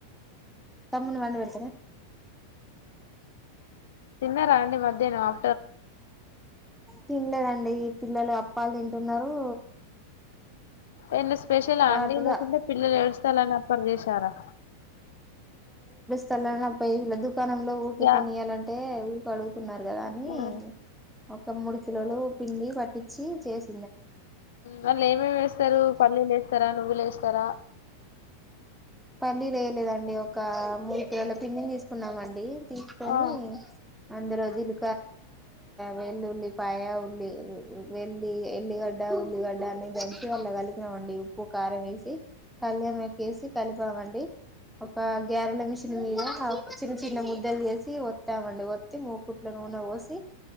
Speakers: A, in the centre; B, on the left.
A: తమ్మున్ని పండవెడతరా
B: తిన్నారా అండి మధ్యానం ఆఫ్
A: తిన్లేదండి పిల్లలు అప్పాలు తింటున్నరూ
B: ఎన్నిస్ స్పెషలా
A: వాటర్గా
B: అండి లేకుంటే పిల్లలు ఏడుస్తారుని అప్పాలు చేశారా
A: తలనా పైవిలదు దుకాణంలో ఊక
B: యా
A: కొనియ్యాలంటే పడు తున్నారు కదా అని
B: మ్మ్.
A: ఒక మూడు కిలోలు పిండి పట్టించి చేసి
B: వాళ్ళు ఏమేమి వేస్తారు పల్లీలు ఏ స్తారా నువ్వులే ఏస్తారా
A: పల్లి లేయలేదండి ఒక మూడు కిలోలా పిండిని తీసుకున్నామండి తీసుకొని
B: ఆ
A: అందరుజులు వెల్లు ఉల్లిపాయ ఉల్లి వెల్లి ఎల్లిగడ్డ ఉల్లిగడ్డ అని దంచి దాంట్లో కలిపినాం అండి ఉప్పు కారం వేసి అల్లం వేసి కలిపామండి ఒక గ్యారెల మిషన్ మీద చిన్న చిన్న ముద్దలు వేసి వత్తామండి ఒత్తి మూకుట్ల నూనె పోసి